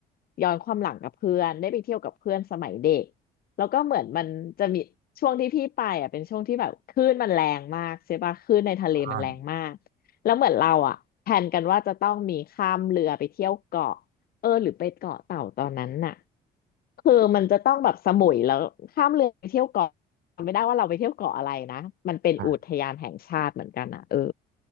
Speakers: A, on the left; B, on the right.
A: ย้อนความหลังกับเพื่อนได้ไปเที่ยวกับเพื่อนสมัยเด็กแล้วก็เหมือนมันจะมีช่วงที่พี่ไปอ่ะเป็นช่วงที่แบบคลื่นมันแรงมากใช่ปะคลื่นในทะเลมันแรงมาก
B: อ่า
A: แล้วเหมือนเราอ่ะแผนกันว่าจะต้องมีข้ามเรือไปเที่ยวเกาะ เออหรือไปเกาะเต่าตอนนั้นน่ะคือมันจะต้องแบบสมุยแล้วข้ามเรือไปเที่ยวเกาะไม่ได้ว่าเราไปเที่ยวเกาะอะไรนะมันเป็นอุทยานแห่งชาติเหมือนกันอ่ะเออ
B: อ่า